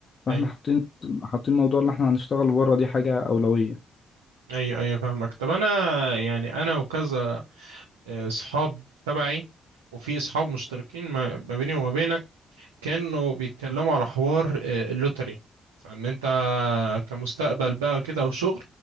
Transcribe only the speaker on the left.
فاحنا
حاطين حاطين موضوع اللي احنا هنشتغل بره دي حاجة أولوية